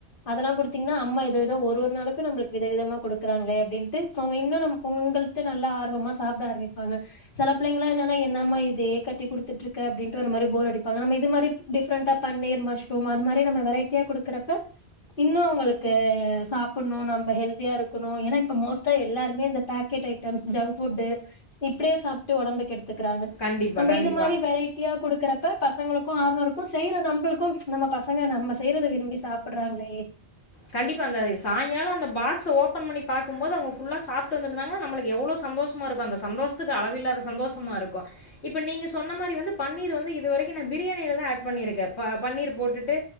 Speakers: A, on the left; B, on the left.
A: அதெல்லாங் குடுத்தீங்கன்னா அம்மா எது எதோ ஒரு ஒரு நாளிக்கு நம்பளுக்கு வித விதமா குடுக்குறாங்ளே அப்டின்டு சோ இன்னு நம்ப உங்ள்ட நல்லா ஆர்வமா சாப்புட ஆராமிப்பாங்க சில புள்ளைங்களா என்னன்னா என்னம்மா இதே கட்டி குடுத்துட்ருக்க அப்டின்டு ஒரு மாரி போர் அடிப்பாங்க நம்ப இது மாரி டிஃப்ரெண்ட்டா பன்னீர் மஷ்ரூம் அது மாரி நம்ப வெரைட்டியா குடுக்குறப்ப இன்னு அவங்களுக்கு சாப்புடுன்னு நம்ப ஹெல்தியா இருக்கணு ஏன்னா இப்ப மோஸ்ட்டா எல்லாருமே இந்த பேக்கெட் ஐட்டம்ஸ் ஜங்க் ஃபுட்டு இப்டியே சாப்டு ஒடம்பு கெடுத் துக்குறாங்க
B: கண்டிப்பா
A: நம்ப
B: கண்டிப்பா
A: இது மாரி வெரைட்டியா குடுக்குற அப்ப பசங்களுக்கு ஆர்வோ இருக்கு செய்யுற நம் பளுக்கு நம்ப பசங்க நம்ப செய்றத விரும்பி சாப்புடுறாங்களே
B: கண்டிப்பா அந்த சாயங்காலோ அந்த பாக்ஸ் ஓபன் பண்ணி பாகும்போது அவங்க ஃபுல்லா சாப்டு வந்துருந்தாங்கன்னா நம்மளுக்கு எவ்ளோஸ் சந்தோஷமாயிருக்கு அந்த சந்தோஷத்துக்கு அளவில்லாத சந்தோஷமாயிருக்கு இப்ப நீங்க சொன்னா மாரி வந்து பன்னீரு வந்து இது வரிக்கு நா பிரியாணிலதா ஏட் பண்ணிருக்க ப பன்னீர் போட்டுட்டு